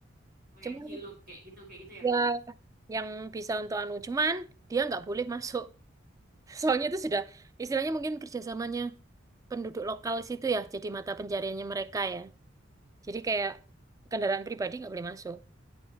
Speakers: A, on the right; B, on the right.
A: Kalau
B: Cuman
A: yang hiluk kayak gitu, kayak gitu ya,
B: ya
A: Kak?
B: yang bisa untuk anu cuman dia nggak boleh masuk. <laughs> Soalnya itu sudah istilahnya mungkin kerjasamanya penduduk lokal situ ya, jadi mata pencariannya mereka ya. Jadi kayak kendaraan pribadi nggak boleh masuk.